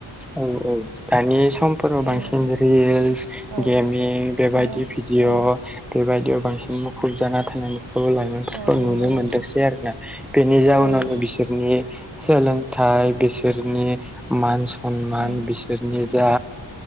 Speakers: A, in the centre; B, on the right.
A: औ औ दानि समफोराव
B: औ
A: बांसिन
B: नोंथां
A: रिलस
B: औ
A: गेमिं बेबायदि
B: ओमफ्राय
A: भिडिअ
B: औ
A: बेबायदियाव बांसिन मुखुब जाना थांनानैखौल' लायो <unintelligible> फोरखौ
B: औ नंगौ
A: नुनो
B: नोंथां
A: मोनदोंसै आरोना बेनि जाउनावनो
B: औ नोंथां
A: बिसोरनि सोलोंथाइ बिसोरनि मान सनमान
B: उम
A: बि सोरनि जा